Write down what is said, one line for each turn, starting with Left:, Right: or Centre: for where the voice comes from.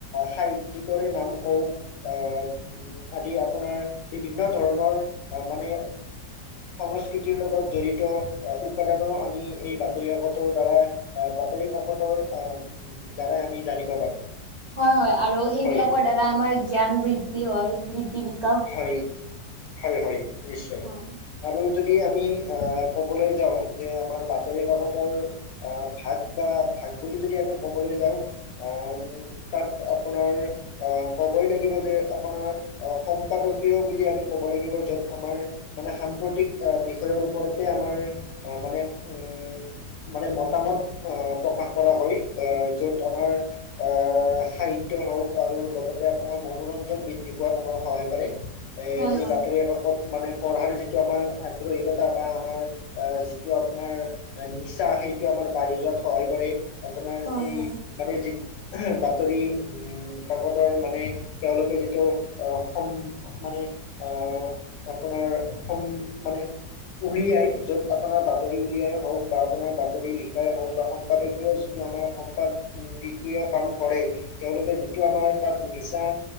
Left: সাহিত্যিকৰে নাম কওক আহ আদি আপোনাৰ বিভিন্ন ধৰণৰ মানে সংস্কৃতিৰ লগত জড়িত উপাদানৰ আমি এই বাতৰি কাকতৰ দ্বাৰা আহ, বাতৰি কাকতৰ আহ, দ্বাৰাই আমি জানিব পাৰোঁ।
Right: হয় হয় আৰু সেইবিলাকৰ
Left: হয়
Right: দ্বাৰা আমাৰ জ্ঞান বৃদ্ধি হয় <unintelligible>
Left: হয়, হয়, হয় নিশ্চয়।
Right: হয়
Left: আৰু যদি আমি আহ, ক'বলৈ যাওঁ যে আমাৰ বাতৰি কাকতৰ আহ, ভাগ বা ভাগ বুলি যদি আমি ক'বলৈ যাওঁ আহ তাত আপোনাৰ অ', ক'বই লাগিব যে আপোনাৰ আহ, সম্পাদকীয় বুলি আমি ক'ব লাগিব য'ত আমাৰ মানে সাম্প্ৰতিক আহ, বিষয়ৰ ওপৰতে আমাৰ আহ, মানে উম মানে মতামত আহ প্ৰকাশ কৰা হয় আহ য'ত আমাৰ। আহ সাহিত্য হওঁক আৰু লগতে আপোনাৰ মনোৰঞ্জন বৃদ্ধি পোৱা। <unintelligible> সহায় কৰে
Right: হয়
Left: এই
Right: হয়
Left: বাতৰি কাকত। মানে পঢ়াৰ যিটো আমাৰ আগ্ৰহীকতা বা আমাৰ যিটো আপোনাৰ। নিচা সেইটো আমাৰ বাঢ়ি যোৱাত সহায় কৰে আপোনাৰ
Right: হয়
Left: এই।
Right: হয়
Left: মানে যি বাতৰি উম কাকতৰ মানে তেওঁলোকে যিটো অহ। সম মানে অহ আপোনাৰ সম মানে। উলিয়াই য'ত আপোনাৰ বাতৰি উলিয়াই হওঁক বা আপোনাৰ বাতৰি লিখাই হওঁক বা সম্পাদকীয়। <unintelligible> <unintelligible> আমাৰ সম্পাদ দ্বিতীয় কাম কৰে তেওঁলোকে যিটো আমাৰ তাত নিচা